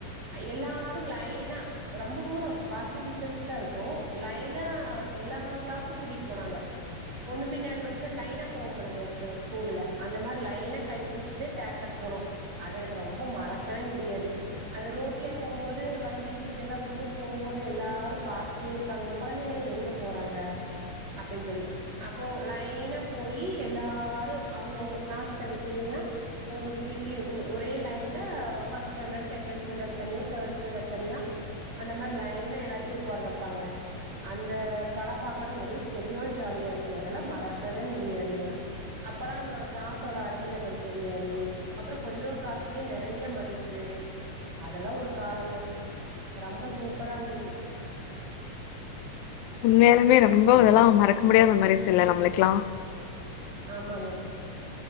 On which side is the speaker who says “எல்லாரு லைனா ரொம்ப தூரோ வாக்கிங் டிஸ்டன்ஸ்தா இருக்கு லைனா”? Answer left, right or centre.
Right